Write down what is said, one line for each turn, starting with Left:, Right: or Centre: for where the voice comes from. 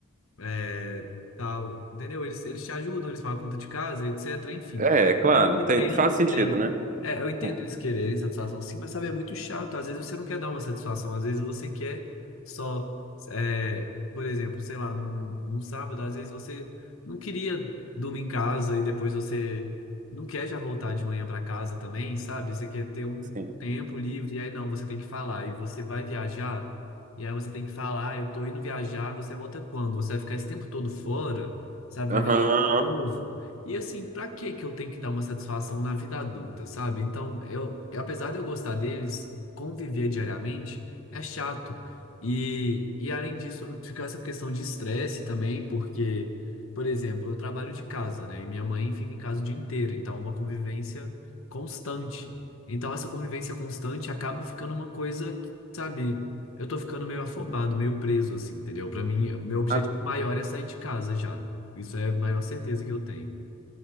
Left: é, tal, entendeu? Eles, eles te ajudam, eles pagam a conta de casa, etc. Enfim.
Right: É, é claro.
Left: Então eu
Right: Tem,
Left: entendo
Right: faz sentido,
Left: que tem.
Right: né?
Left: É, eu entendo
Right: Uhum,
Left: eles quererem satisfação sim, mas sabe, é muito chato. Às vezes você não quer dar uma satisfação, às vezes você quer só. é, por exemplo, sei lá, num, num sábado, às vezes você não queria dormir em casa e depois você não quer já voltar de manhã para casa também, sabe? Você quer ter um,
Right: Sim.
Left: um tempo livre, e aí não, você tem que falar, e você vai viajar. E aí você tem que falar, "Ah, eu tô indo viajar, você volta quando? Você vai ficar esse tempo todo fora, sabe? Vai
Right: Aham.
Left: viajar de novo. E assim, pra que que eu tenho que dar uma satisfação na vida adulta, sabe? Então, eu, eu- apesar de eu gostar deles, conviver diariamente é chato. E, e além disso, fica essa questão de estresse também, porque, por exemplo, eu trabalho de casa, né? E minha mãe fica em casa o dia inteiro, então é uma convivência constante. Então, essa convivência constante acaba ficando uma coisa, que, sabe? Eu tô ficando meio afobado, meio preso, assim, entendeu? Pra mim, meu objetivo
Right: Ah,
Left: maior é sair de casa já. Isso é a maior certeza que eu tenho.